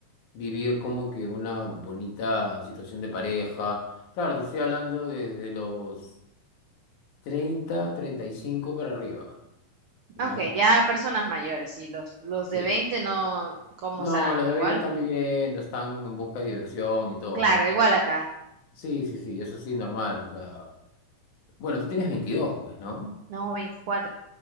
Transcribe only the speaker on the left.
vivir como que una bonita situación de pareja. Claro, te estoy hablando desde los treinta treinta y cinco para arriba. ¿no?
Sí.
No,
los de
20 están viviendo, están en busca de diversión y todo,
¿no?
Sí, sí, sí, eso sí, normal. O sea, bueno, tú tienes 22 pues, ¿no?